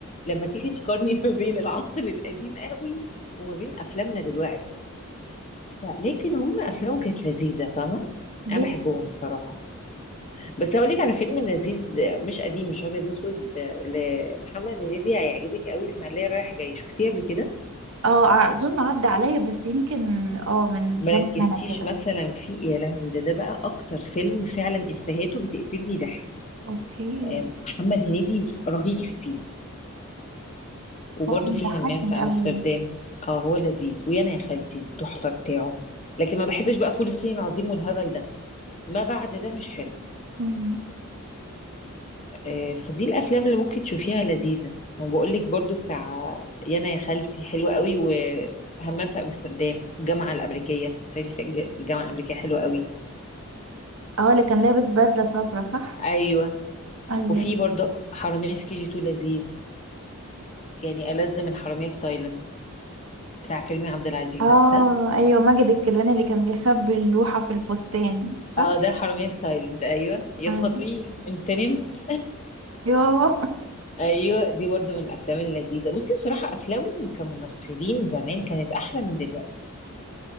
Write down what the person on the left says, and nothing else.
لما تيجي تقارني <laughs> ما بين العصر القديم قوي وما بين افلامنا دلوقتي فلكن هم افلامهم كانت لذيذه فاهمه
انا بحبهم
بصراحه بس هقول لك على فيلم لذيذ آه، مش قديم مش ابيض اسود آه، لمحمد هنيدي هيعجبك قوي اسماعيليه رايح جاي شفتيه قبل كده
مركزتيش
مثلا فيه يا لهوي ده ده بقى اكتر فيلم فعلا افهاته بتقتلني ضحك
آه، محمد هنيدي رهيب فيه وبرده
فيه
همام في امستردام
اه هو لذيذ ويانا يا خالتي تحفه بتاعه لكن ما بحبش بقى فول الصين العظيم والهبل ده ما بعد ده مش حلو
آه، فدي الافلام اللي ممكن تشوفيها لذيذه انا بقول لك برضو بتاع يانا يا خالتي حلوه قوي وهمام في امستردام الجامعه الامريكيه صعيدي في الج- في الجامعه الامريكيه حلوه قوي
ايوه
وفي برضو حراميه في كي جي 2 لذيذ يعني ألذ من حراميه في تايلاند بتاع كريم عبد العزيز
عارفاه
اه ده حراميه في تايلاند ايوه يا
فطين انت نمت
ايوه دي برضو من الافلام اللذيذه بصي بصراحه افلامهم كممثلين زمان كانت احلى من دلوقتي